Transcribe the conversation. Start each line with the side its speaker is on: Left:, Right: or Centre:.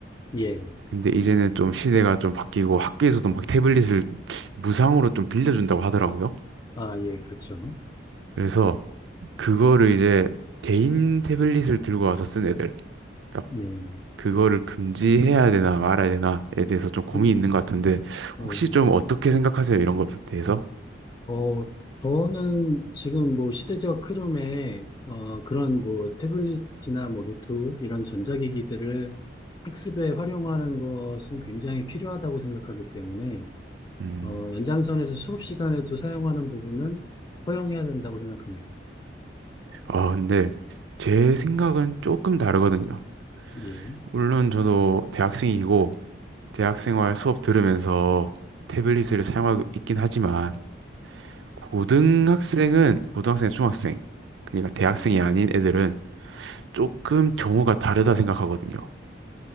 Left: 예, 예.
Right: 근데 이제는 좀 시대가 좀 바뀌고 학교에서도 막 태블릿을 무상으로 좀 빌려준다고 하더라고요.
Left: 아, 예, 그렇죠.
Right: 그래서 그거를 이제 개인 태블릿을 들고 와서 쓴 애들, 그러니까
Left: 예,
Right: 그거를 금지해야 되나 말아야 되나에 대해서 좀 고민이
Left: 음,
Right: 있는 것 같은데
Left: 음,
Right: 혹시 좀 어떻게 생각하세요? 이런 것에 대해서?
Left: 어, 저는 지금 뭐 시대적 흐름에, 어, 그런 뭐 태블릿이나 뭐 노트 이런 전자기기들을 학습에 활용하는 것은 굉장히 필요하다고 생각하기 때문에,
Right: 음,
Left: 어, 연장선에서 수업 시간에도 사용하는 부분은 허용해야 된다고 생각합니다.
Right: 아 근데 제 생각은 조금 다르거든요.
Left: 예,
Right: 물론 저도 대학생이고 대학생활 수업 들으면서 태블릿을 사용하고 있긴 하지만 고등학생은 고등학생, 중학생 그러니까 대학생이
Left: 음,
Right: 아닌 애들은 조금 경우가 다르다 생각하거든요.